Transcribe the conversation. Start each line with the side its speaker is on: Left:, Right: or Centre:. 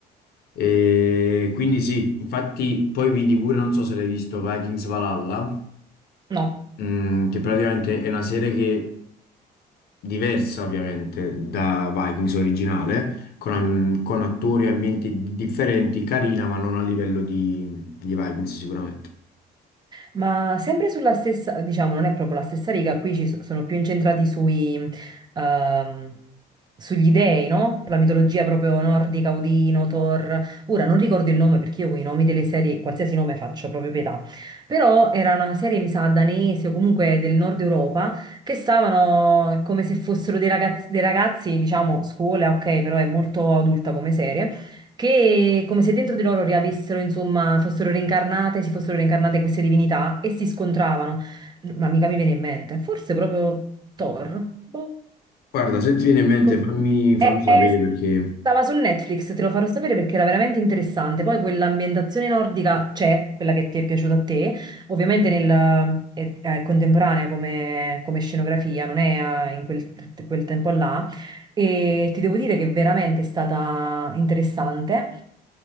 Left: e quindi sì, infatti poi vidi pure, non so se l'hai visto, Vikings Valhalla,
Right: no.
Left: mm, che praticamente è una serie che diversa ovviamente da Vikings originale, con, con attori e ambienti differenti, carina ma non a livello di, di Vikings sicuramente.
Right: Ma sempre sulla stessa, diciamo, non è proprio la stessa riga, qui ci so- sono più incentrati sui, ehm, sugli dei, no? La mitologia proprio nordica, Odino, Thor. Ora non ricordo il nome perché io con i nomi delle serie, qualsiasi nome faccio, proprio pietà. Però era una serie, mi sa, danese o comunque del nord Europa, che stavano come se fossero dei ragazzi, dei ragazzi, diciamo, scuola, ok, però è molto adulta come serie che come se dentro di loro riavessero, insomma, fossero reincarnate, si fossero reincarnate queste divinità e si scontravano. Ma mica mi viene in mente, forse proprio Thor? Boh.
Left: Guarda, se ti viene in mente
Right: Co-
Left: fammi,
Right: eh,
Left: fammi sapere
Right: eh,
Left: perché...
Right: Stava su Netflix, te lo farò sapere perché era veramente interessante. Poi quell'ambientazione nordica c'è, quella che ti è piaciuta a te, ovviamente nel- è, è contemporanea come, come scenografia, non è eh, in quel, quel tempo là, e ti devo dire che veramente è stata interessante.